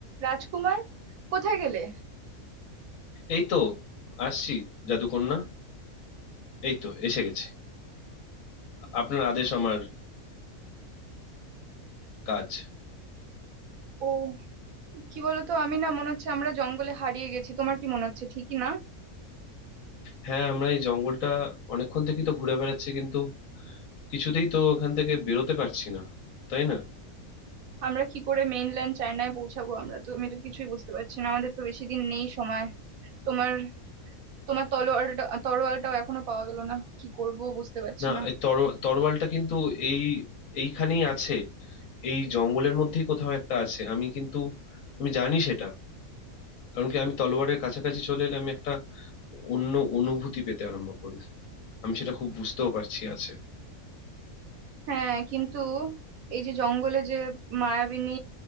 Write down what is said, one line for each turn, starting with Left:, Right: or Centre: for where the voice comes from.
Right: রাজকুমার কোথায় গেলে
Left: এই তো আসছি জাদুকন্যা এই তো এসে গেছে আপনার আদেশ আমার কাজ
Right: ও কি বলতো আমি না মনে হচ্ছে আমরা জঙ্গলে হারিয়ে গেছি তোমার কি মনে হচ্ছে ঠিকই না
Left: হ্যাঁ আমরা এই জঙ্গলটা অনেকক্ষণ থেকেই তো ঘুরে বেড়াচ্ছি কিন্তু কিছুতেই তো ওখান থেকে বেরোতে পারছি না তাই না
Right: আমরা কি করে মেইনল্যান্ড চায়নায় পৌঁছাবো আমরা তো আমি তো কিছুই বুঝতে পারছি না আমাদের তো বেশি দিন নেই সময় তোমার তোমার তলোয়ারটা তরোয়ালটাও এখনো পাওয়া গেল না কি করব বুঝতে পারছি
Left: না
Right: না
Left: এই তর তরোয়ালটা কিন্তু এই এইখানেই আছে এই জঙ্গলের মধ্যেই কোথাও একটা আছে আমি কিন্তু আমি জানি সেটা কারণ কি আমি তলোয়ারের কাছাকাছি চলে এলে আমি একটা অন্য অনুভূতি পেতে আরম্ভ করি আমি সেটা খুব বুঝতেও পারছি আছে
Right: হ্যাঁ কিন্তু এই যে জঙ্গলে যে মায়াবিনী